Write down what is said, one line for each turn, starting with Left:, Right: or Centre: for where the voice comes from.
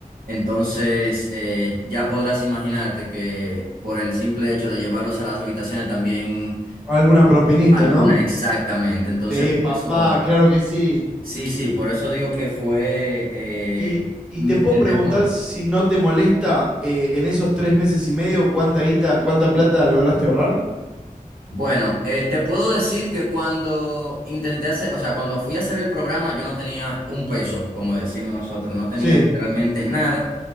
Right: Entonces, eh, ya podrás imaginarte que por el simple hecho de llevarlos a las habitaciones también
Centre: Alguna propinita,
Right: alguna
Centre: ¿no?
Right: exactamente. Entonces,
Centre: Sí,
Right: por
Centre: papá,
Right: eso,
Centre: claro que sí.
Right: sí, sí, por eso digo que fue eh,
Centre: Y, y
Right: mi-
Centre: te puedo
Right: el
Centre: preguntar
Right: mejor.
Centre: si no te molesta eh, en esos tres meses y medio cuánta guita, cuánta plata lograste ahorrar.
Right: Bueno, eh, te puedo decir que cuando intenté hacer, o sea, cuando fui a hacer el programa, yo no tenía un peso, como decimos nosotros, no tenía
Centre: Sí,
Right: literalmente nada